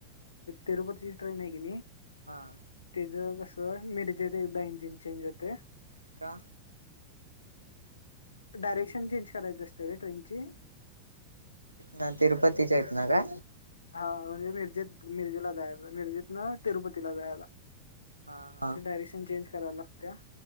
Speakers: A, on the left (about 75°); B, on the right (about 80°).
A: तिरुपतीची ट्रेन आहे की नाही
B: हा
A: तेच कस मिेरज एकदा इंजिन चेंज होते
B: का
A: डायरेक्शन चेंज करायच असत रे ट्रेनची
B: तन तिरुपतीच्या इत ना का
A: हा म्हणजे मिर्जेत मिर्जेला जायला मिर्जेत ना तिरुपतीला जायला
B: हा हा
A: ते डायरेक्शन चेंज कराव लागत